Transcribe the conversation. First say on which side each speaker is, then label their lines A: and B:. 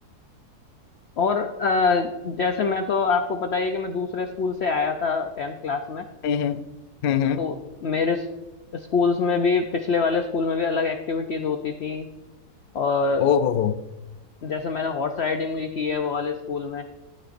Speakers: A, on the left; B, on the left.
A: और अ, जैसे मैं तो आपको पता ही है कि मैं दूसरे स्कूल से आया था टेंथ क्लास में
B: हम्म हम्म हम्म
A: तो मेरे स्कूल्स में भी पिछले वाले स्कूल में भी अलग एक्टिविटीज होती थी और
B: ओ हो हो
A: जैसे मैंने हॉर्स राइडिंग भी की है वो वाले स्कूल में